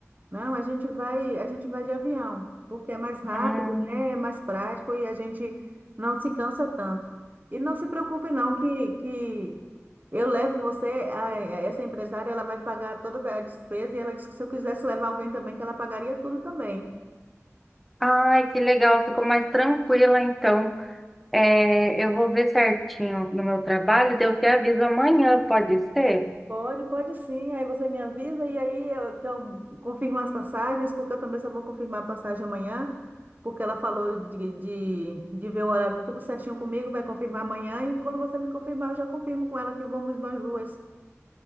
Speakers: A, on the right; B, in the centre.
A: Não, a gente vai, a gente vai de avião, porque é mais rápido,
B: Hum.
A: né? É mais prático e a gente não se cansa tanto. E não se preocupe não que, que eu levo você, a- essa empresária, ela vai pagar toda a despesa e ela disse que se eu quisesse levar alguém também, que ela pagaria tudo também.
B: Ai, que legal, ficou mais tranquila então. É, eu vou ver certinho no meu trabalho, daí eu te aviso amanhã, pode ser?
A: Pode, pode sim. Aí você me avisa e aí eu, que eu confirmo as passagens, porque eu também só vou confirmar a passagem amanhã, porque ela falou de, de, de ver o horário tudo certinho comigo, vai confirmar amanhã. E quando você me confirmar, eu já confirmo com ela que vamos nós duas.